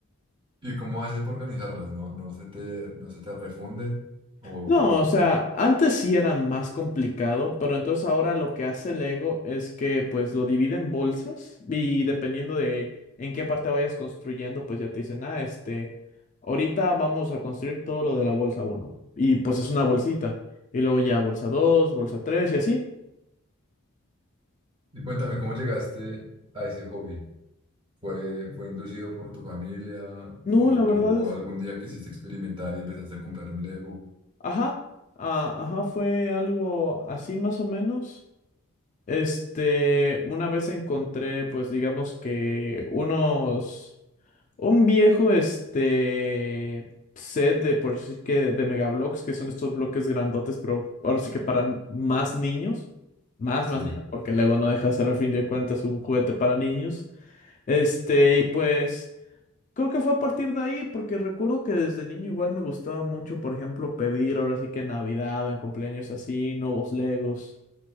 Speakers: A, on the right; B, on the left.
A: ¿Y cómo haces para organizarlas? ¿No, no se te, no se te refunden? O, o-
B: No, o sea,
A: o-
B: antes sí era más complicado, pero entonces ahora lo que hace Lego es que pues lo divide en bolsas y dependiendo de en qué parte vayas construyendo, pues ya te dicen, ah, este, ahorita vamos a construir todo lo de la bolsa uno Y pues es una bolsita. Y luego ya bolsa dos, bolsa tres y así.
A: Y cuéntame, ¿cómo llegaste a ese hobby? ¿Fue, fue inducido por tu familia
B: No,
A: o
B: la verdad
A: tú
B: es,
A: algún día quisiste experimentar y empezaste a comprar un Lego?
B: ajá, ah, ajá, fue algo así más o menos. Este, una vez encontré, pues digamos que unos... Un viejo, este, set de por sí que de megablocks, que son estos bloques grandotes, pero ahora sí que para n- más niños, más,
A: Sí.
B: más niños, porque Lego no deja de ser al fin de cuentas un juguete para niños. Este, y pues creo que fue a partir de ahí, porque recuerdo que desde niño igual me gustaba mucho, por ejemplo, pedir ahora sí que en Navidad o en cumpleaños así, nuevos Legos.